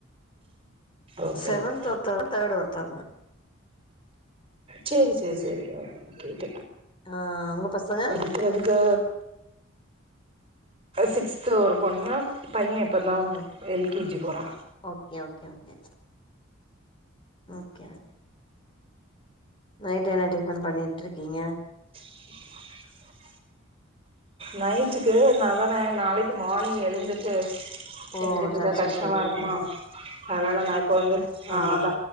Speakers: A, on the right (about 30°); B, on the left (about 25°).
A: ஓகே
B: செவன்த்
A: ஓகே
B: ஒருத்தவங்க தேர்டு ஒருத்தவங்க
A: சேரி சேரி சேரி அ கேட்ட
B: ஆ உங்க பசங்க
A: அதுக்கு சிக்ஸ்து ஒரு பொண்ணு பையன் இப்ப தா
B: ம்
A: எல்கேஜி போறா
B: okay okay okay okay okay night என்ன டிஃபன் பண்ணிட்டுருக்கீங்க
A: <unintelligible> ம் நைட்டுக்கு நா தான நாளைக்கு மார்னிங் எழுந்துட்டு
B: ஓ
A: செஞ்சுட்டு இருக்க
B: சர்ச்சுக்கு
A: கஷ்டமா
B: போயிடுவீங்க
A: இருக்குமா அதனால நா இப்போ வந்து ஆ
B: ஆமா
A: அதா